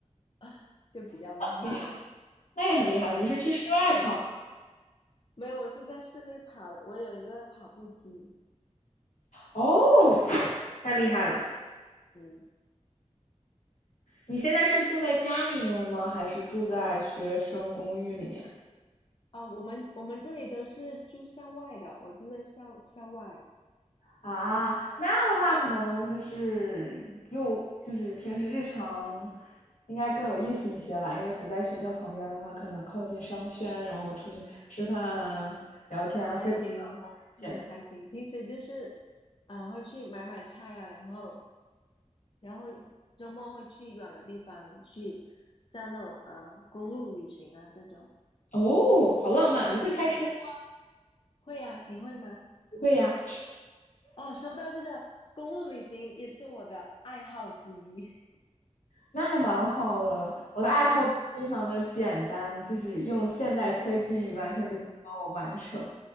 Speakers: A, on the left (about 45°); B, on the left (about 85°).
A: <laughs> 就比较慢，
B: 厉害，那也很厉害了。你是去室外跑？
A: 就是对，没有，我是在室内跑的，我有一个跑步机，
B: 哦，太厉害了！
A: 嗯，
B: 你现在是住在家里面吗？还是住在学生公寓里面？
A: 啊，我们我们这里都是住校外的，我住在校校外，
B: 啊，那样的话可能就是又就是平时日常应该更有意思一些吧，因为不在学校旁边的话，可能靠近商圈，然后出去吃饭啊、聊天啊、
A: 还行，
B: 喝酒啊简单。
A: 对，还行，平时就是啊、呃会去买买菜啊，然后。然后周末会去远的地方，去像那种啊、呃公路旅行啊这种。
B: 哦，好浪漫！你会开车吗？
A: 对，会啊，你会吗？
B: 不会呀。
A: 哦，说到这个公路旅行也是我的爱好之一。
B: 那还蛮好的。我的爱好非常的简单，
A: <laughs> 对，
B: 就是用现代科技完全就可以帮我完成。
A: 嗯，